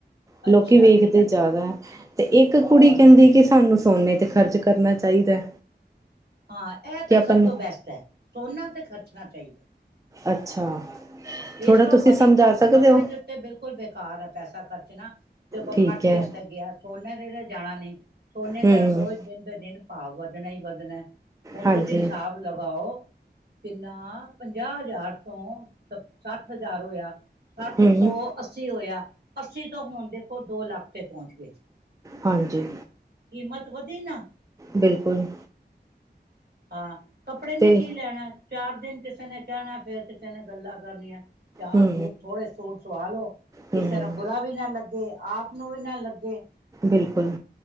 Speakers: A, on the right; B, on the right.
A: ਲੋਕੀ
B: ਅੱਛਾ
A: ਵੇਖਦੇ ਜ਼ਿਆਦਾ ਏ। ਤੇ ਇੱਕ ਕੁੜੀ
B: ਹਾਂ
A: ਕਹਿੰਦੀ ਕਿ ਸਾਨੂੰ ਸੋਨੇ ਤੇ ਖਰਚ ਕਰਨਾ ਚਾਹੀਦਾ।
B: ਹਾਂ ਇਹ
A: ਕਿ
B: ਤਾਂ
A: ਆਪਾਂ
B: ਸਭ
A: ਨੇ
B: ਤੋਂ ਬੈਸਟ ਹੈ ਸੋਨਾ ਤੇ ਖਰਚਣਾ ਚਾਹੀਦਾ
A: ਅੱਛਾ
B: ਵੇਸਟ
A: ਥੋੜਾ
B: ਔਫ
A: ਤੁਸੀਂ
B: ਮਨੀ
A: ਸਮਝਾ
B: ਕ
A: ਸਕਦੇ
B: ਕੱਪੜੇ
A: ਹੋ
B: ਦੇ ਉੱਤੇ ਬਿਲਕੁਲ ਬੇਕਾਰ ਹੈ ਪੈਸਾ ਖਰਚਣਾ ਜਦੋਂ
A: ਠੀਕ
B: ਫੱਟ ਗਿਆ
A: ਹੈ
B: ਤਾਂ ਗਿਆ ਸੋਨੇ ਦੇ ਨੇ ਜਾਣਾ ਨਹੀਂ ਸੋਨੇ
A: ਹੂੰ
B: ਦਾ ਰੋਜ਼ ਦਿਨ ਬ ਦਿਨ ਭਾਵ ਵੱਧਣਾ ਹੀ ਵੱਧਣਾ ਹੁਣ
A: ਹਾਂਜੀ
B: ਤੁਸੀਂ ਹਿਸਾਬ ਲਗਾਓ ਕਿੰਨਾ ਪੰਜਾਹ ਹਜ਼ਾਰ ਤੋਂ ਸੱਠ ਹਜ਼ਾਰ ਹੋਇਆ ਸੱਠ
A: ਹੂੰ
B: ਤੋਂ ਅੱਸੀ ਹੋਇਆ ਅੱਸੀ ਤੋਂ ਹੁਣ ਦੇਖੋ ਦੋ ਲੱਖ ਤੇ ਪਹੁੰਚ ਗਏ
A: ਹਾਂਜੀ
B: ਕੀਮਤ ਵਧੀ ਨਾ
A: ਬਿਲਕੁਲ
B: ਹਾਂ ਕੱਪੜੇ ਨੇ
A: ਤੇ
B: ਕੀ ਲੈਣਾ ਚਾਰ ਦਿਨ ਕਿਸੇ ਨੇ ਕਹਿਣਾ ਫੇਿਰ ਕਿਸੇ ਨੇ ਗੱਲਾਂ ਕਰਨੀਆਂ ਚਾਰ
A: ਹੂੰ
B: ਸੂਟ ਥੋੜੇ ਸੂਟ ਸਵਾ ਲੋ
A: ਹੂੰ
B: ਕਿਸੇ ਨੂੰ ਬੁਰਾ ਵੀ ਨਾ ਲੱਗੇ ਆਪ ਨੂੰ ਵੀ ਨਾ ਲੱਗੇ
A: ਬਿਲਕੁਲ